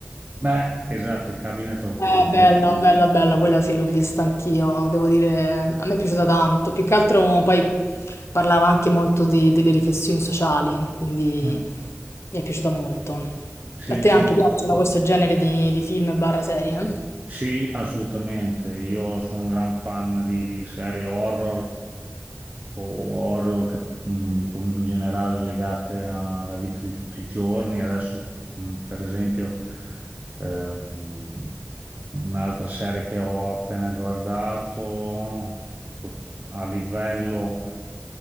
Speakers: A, on the right (about 35°); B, on the left (about 80°).
A: Beh, esatto, il Cabinet of
B: Eh,
A: Curiosity.
B: bella, bella, bella, quella sì, l'ho vista anch'io, devo dire, a me è piaciuta tanto, più che altro poi parlava anche molto di- delle riflessioni sociali, quindi
A: Mm.
B: mi è piaciuta molto.
A: Sì,
B: A te
A: sì,
B: anche piacciono questo genere di, di film barra serie?
A: sì, assolutamente. Io sono un gran fan di, di serie horror o o horror che, mh, comunque in generale legate alla vita di tutti i giorni. Adesso, mh, per esempio, ehm, un'altra serie che ho appena guardato a livello